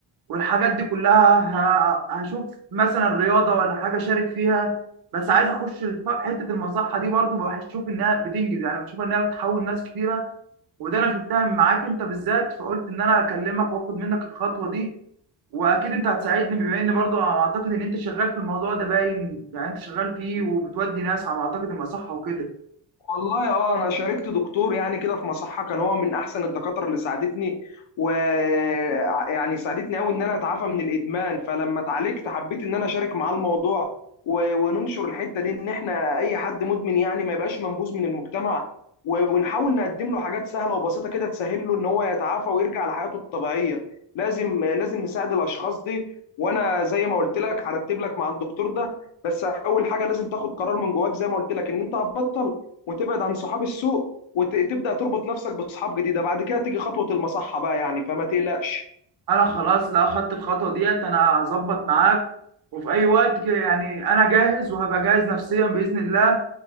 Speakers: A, on the right (about 50°); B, on the left (about 80°).
A: والحاجات دي كلها ه- هشوف مثلا رياضة ولا حاجة شارك فيها بس عايز اخش الف- حتة المصحة دي برضو بشوف انها بتنجز يعني بشوف انها بتحول ناس كتيرة وده انا شفتها معاك انت بالذات فقلت ان انا اكلمك واخد منك الخطوة دي واكيد انت هتساعدني بما ان برضو اعتقد ان انت شغال في الموضوع ده باين يعني انت شغال فيه وبتودي ناس على ما اعتقد المصحة وكده
B: والله اه انا شاركت دكتور يعني كده في مصحه كان هو من احسن الدكاتره اللي ساعدتني ويعني ساعدتني قوي ان انا اتعافى من الادمان فلما اتعالجت حبيت ان انا اشارك معاه الموضوع و- وننشر الحته دي ان احنا اي حد مدمن يعني ما يبقاش منبوذ من المجتمع و- ونحاول نقدم له حاجات سهله وبسيطه كده تسهل له ان هو يتعافى ويرجع لحياته الطبيعيه لازم لازم نساعد الاشخاص دي وانا زي ما قلت لك هرتب لك مع الدكتور ده بس اول حاجه لازم تاخد قرار من جواك زي ما قلت لك ان انت هتبطل وتبعد عن صحاب السوق وتبدا تربط نفسك باصحاب جديده بعد كده تيجي خطوه المصحه بقى يعني فما تقلقش
A: انا خلاص لا اخدت الخطوه ديت انا هظبط معاك وفي اي وقت كده يعني انا جاهز وهبقى جاهز نفسيا باذن الله